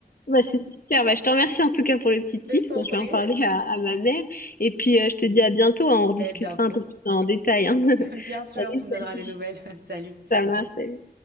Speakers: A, on the left; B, on the right.
A: bah, c'est super. Bah, je te remercie en tout cas pour les petits tips.
B: Je t'en
A: Je
B: prie.
A: vais en parler à, à ma mère. Et puis, euh, je te dis à bientôt. hein. On rediscutera
B: Et à bientôt.
A: un peu plus en détail. hein. <laughs>
B: <laughs> Bien sûr,
A: Allez,
B: tu me donneras
A: salut.
B: des nouvelles. <laughs> Salut.
A: Ça marche, salut.